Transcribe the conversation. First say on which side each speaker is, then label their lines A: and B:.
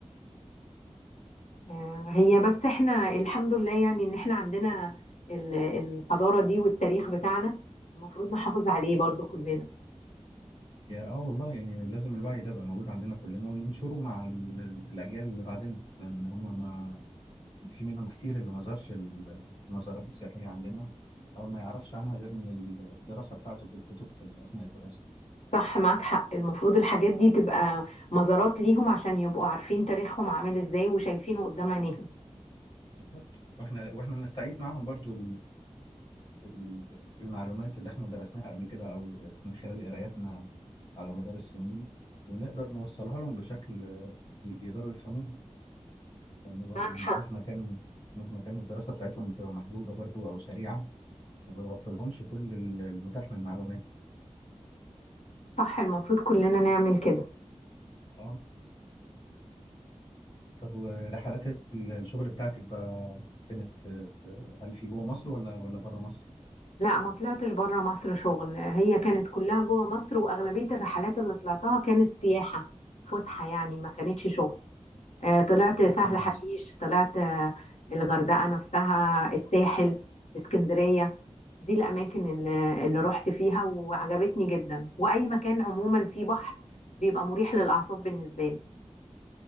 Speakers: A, on the left (about 75°); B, on the left (about 50°).
A: آه، هي بس احنا الحمد لله يعني إن احنا عندنا ال- الحضارة دي والتاريخ بتاعنا المفروض نحافظ عليه برضو كلنا
B: يا آه والله يعني لازم الوعي ده يبقى موجود عندنا كلنا وننشره مع ال- الأجيال اللي بعدنا لأن هم ما في منهم كتير اللي ما زارش ال- المزارات السياحية عندنا أو ما يعرفش عنها غير من الدراسة بتاعته في الكتب في أثناء الدراسة
A: صح معاك حق المفروض الحاجات دي تبقى مزارات ليهم عشان يبقوا عارفين تاريخهم عامل ازاي وشايفينه قدام عينيهم
B: بالظبط واحنا واحنا نستعيد معاهم برضو ال- المعلومات اللي احنا درسناها قبل كده او من خلال قراياتنا على مدار السنين ونقدر نوصلها لهم بشكل آه، ي- يقدروا يفهموه لان برضو
A: معاك حق
B: مهما كان مهما كان الدراسة بتاعتهم بتبقى محدودة برضو او سريعة ما بتغطي لهمش كل ال- المتاح من معلومات
A: صح المفروض كلنا نعمل كده
B: اه طب ورحلات ال- الشغل بتاعتك بقى كانت آه، هل في جوه مصر ولا ولا بره مصر؟
A: لا ما طلعتش بره مصر شغل هي كانت كلها جوه مصر واغلبيه الرحلات اللي طلعتها كانت سياحه فسحه يعني ما كانتش شغل آه، طلعت سهل
B: تمام
A: حشيش طلعت آه، الغردقه نفسها الساحل اسكندريه دي الاماكن اللي, اللي رحت فيها وعجبتني جدا واي مكان عموما فيه بحر بيبقى مريح للاعصاب بالنسبه لي